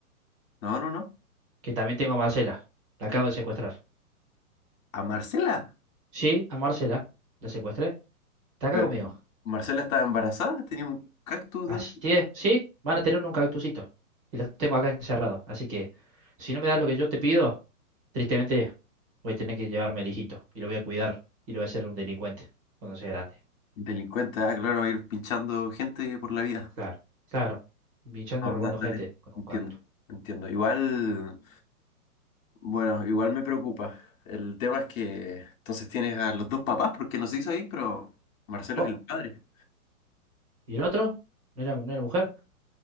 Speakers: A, on the left (about 60°); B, on the right (about 20°).
A: No, no, no.
B: que también tengo a Marcela. La acabo de secuestrar.
A: ¿A Marcela?
B: Sí, a Marcela. La secuestré. Está acá
A: Pero
B: conmigo.
A: Marcela estaba embarazada, tenía un cactus
B: Así
A: dentro.
B: es. Sí, van a tener un cactusito. Y los tengo acá encerrados. Así que, si no me das lo que yo te pido, tristemente voy a tener que llevarme al hijito. Y lo voy a cuidar. Y lo voy a hacer un delincuente cuando sea grande.
A: Delincuente, ah, claro, va a ir pinchando gente por la vida.
B: Claro, claro. Pinchando
A: Ah,
B: y robando
A: da- dale,
B: gente con un
A: entiendo,
B: cactus.
A: entiendo. Igual, bueno, igual me preocupa. El tema es que entonces tienes a los dos papás, porque no se hizo ahí, pero Marcelo
B: Co-
A: es el padre.
B: ¿Y el otro? ¿No era, no era mujer?